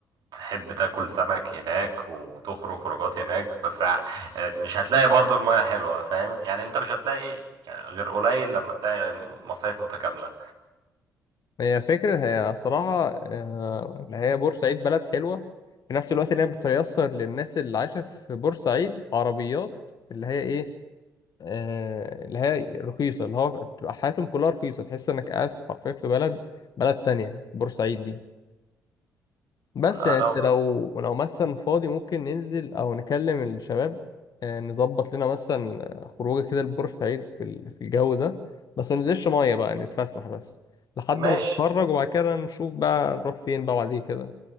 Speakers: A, on the right (about 55°); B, on the left (about 45°).
A: هتحب تاكل سمك هناك وتخرج خروجات هناك بس ع- مش هتلاقي برضو المياه حلوة فاهم يعني انت مش هتلاقي يعني غير قليل لما تلاقي مصايف متكاملة
B: هي فكرة هي الصراحة آه، اللي هي بورسعيد بلد حلوة في نفس الوقت ان هي بتيسر للناس اللي عايشة في بورسعيد عربيات اللي هي ايه آه، اللي هي رخيصة اللي هو بتبقى حياتهم كلها رخيصة تحس انك قاعد في- حرفيا في بلد بلد تانية بورسعيد دي بس
A: آه،
B: يعني
A: لو
B: انت لو لو مثلا فاضي ممكن ننزل او نكلم الشباب آه، نظبط لنا مثلا آه، خروجه كده لبورسعيد في ال- في الجو ده بس ما ننزلش مية بقى نتفسح بس لحد
A: ماشي
B: ما نتفرج وبعد كده نشوف بقى نروح فين بقى بعديه كده